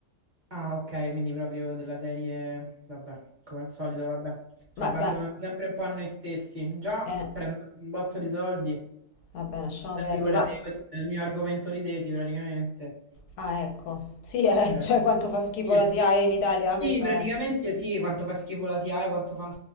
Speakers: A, on the right (about 35°); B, on the left (about 80°).
A: Ah, ok, quindi proprio della serie, vabbè, come al solito, vabbè, ci
B: Ma,
A: abbandonano
B: ma,
A: sempre un po' a noi stessi. Già
B: eh.
A: prendono un botto di soldi,
B: Vabbè, lasciamo perdere.
A: figurati,
B: Ma,
A: questo è il mio argomento di tesi praticamente.
B: ah, ecco. Sì, eh,
A: Cioè,
B: <laughs> cioè quanto fa schifo
A: sì,
B: la SIAE in Italia,
A: sì,
B: eh, questa
A: praticamente
B: è...
A: sì, quanto fa schifo la SIAE, quanto, fan-